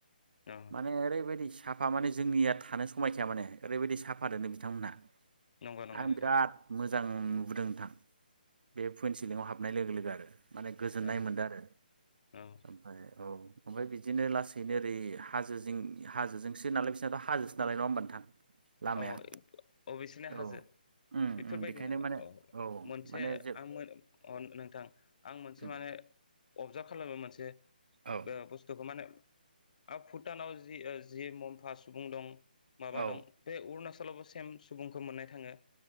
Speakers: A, on the left (about 50°); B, on the right (about 70°).
A: औ
B: माने ओरै बायदि साफा माने जोंनिया थानो समायखाया माने ओरैबायदि साफा दोननो बिथांमोनहा।
A: नंगौ नंगौ
B: आं
A: नोंथां
B: बिराद मोज मोजां नुबोदों नोंथां बे पुइन्ट सिलिंआव हाबनाय लोगो लोगो आरो माने गोजोननाय
A: औ
B: मोनदों आरो
A: औ
B: ओमफ्राय औ ओमफ्राय बिदिनो लासैनो ओरै हाजो जिं हाजोजोंसो नालाय बिसनाथ' हाजोसो नालाय नङा होमबा नोंथां। लामाया
A: औ अ बिसिनि हाजो
B: औ उम
A: बेफोरबायदिनो
B: उम बेखायनो माने
A: औ मोनसे
B: माने जे
A: आं अ नोंथां आं मोनसे
B: उम
A: माने अबजार्भ खालामो मोनसे ओ
B: औ
A: बुस्थुखौ माने ओ भुटानाव जि ओ जि मम्फा सुबुं दं माबा
B: औ
A: दं उरणाचलावबो सेम सुबुंखौ मोननाय थाङो।